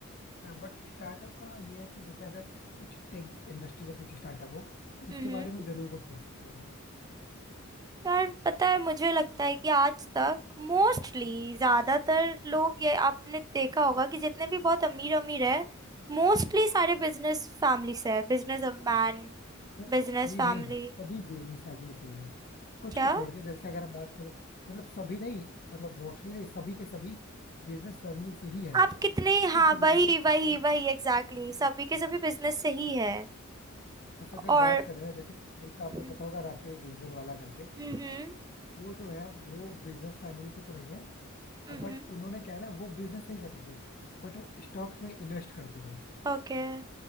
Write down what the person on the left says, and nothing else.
बट स्टार्टअप का ये है कि जैसे अगर कुछ टेक इंडस्ट्री में कुछ स्टार्टअप हो तो उसके
बारे में जरूर कुछ सोच सकते हैं
मोस्टली
नहीं सभी बिजनेस फैमिली से ही है कुछ
को छोड़ के जैसे अगर हम बात करें मतलब सभी नहीं मतलब मोस्टली नहीं सभी के सभी बिजनेस फैमिली से ही है
कुछ
लोगों
की
family-
बस अगर
बात करें ना जैसे एक आपको
पता होगा राकेश झुनझुनवाला करके
वो जो है वो बिजनेस फैमिली से तो नहीं है
बट उन्होंने क्या है ना वो बिजनेस नहीं करते थे बट वो स्टॉक्स में इन्वेस्ट करते थे